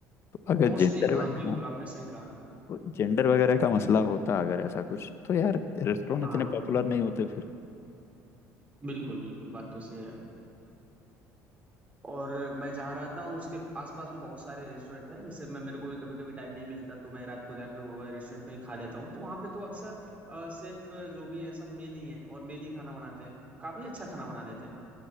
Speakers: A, on the left; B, on the right.
A: तो अगर
B: मोस्टली
A: जेंडर
B: हाँ बिल्कुल
A: ना
B: आपने सही कहा
A: तो जेंडर वगैरह का मसला होता अगर ऐसा कुछ तो यार रेस्टोरेंट
B: हाँ
A: इतने पॉपुलर नहीं होते फिर
B: बिल्कुल बिल्कुल बात तो सही है और मैं जहाँ रहता हूँ उसके आसपास भी बहुत सारे रेस्टोरेंट हैं जैसे मैं मेरे को भी कभी कभी टाइम नहीं मिलता तो मैं रात को जाके वो रेस्टोरेंट में ही खा लेता हूँ तो वहाँ पे तो अक्सर अ, सिर्फ जो भी हैं सब मेल ही हैं और मेल ही खाना बनाते हैं काफी अच्छा खाना बना लेते हैं